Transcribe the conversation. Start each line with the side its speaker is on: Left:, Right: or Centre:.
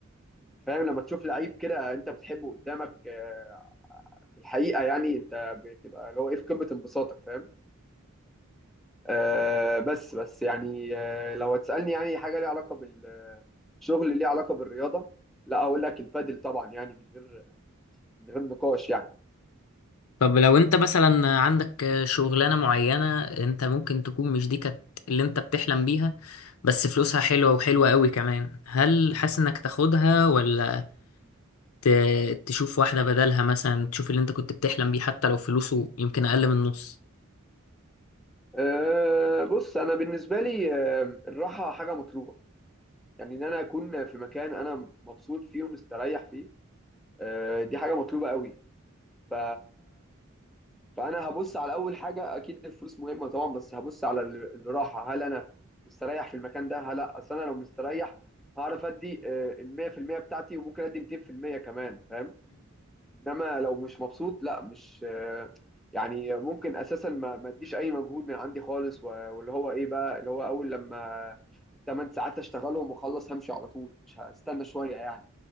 Centre: فاهم لما تشوف لعيب كده انت بتحبه قدامك آه، في الحقيقه يعني انت بتبقى اللي هو ايه في قمه انبساطك فاهم آه بس بس يعني آه لو هتسالني يعني حاجه ليها علاقه بالشغل ليها علاقه بالرياضه لا اقول لك البادل طبعا يعني من غير من غير نقاش يعني
Left: طب لو انت مثلا عندك شغلانه معينه انت ممكن تكون مش دي كانت اللي انت بتحلم بيها بس فلوسها حلوه وحلوه قوي كمان هل حاسس انك تاخدها ولا ت- تشوف واحده بدلها مثلا تشوف اللي انت كنت بتحلم بيه حتى لو فلوسه يمكن اقل من النص
Centre: آه بص انا بالنسبه لي آه الراحه حاجه مطلوبه يعني ان انا اكون في مكان انا مبسوط فيه ومستريح فيه آه دي حاجه مطلوبه قوي ف فانا هبص على اول حاجه اكيد الفلوس مهمه طبعا بس هبص على ال- الراحه هل انا مستريح في المكان ده هل لا اصل انا لو مستريح هعرف ادي آه، ال 100% بتاعتي وممكن ادي 200% كمان فاهم انما لو مش مبسوط لا مش آه، يعني ممكن اساسا ما ما اديش اي مجهود من عندي خالص و- واللي هو ايه بقى اللي هو اول لما 8 ساعات اشتغلهم واخلص همشي على طول مش هستنى شويه يعني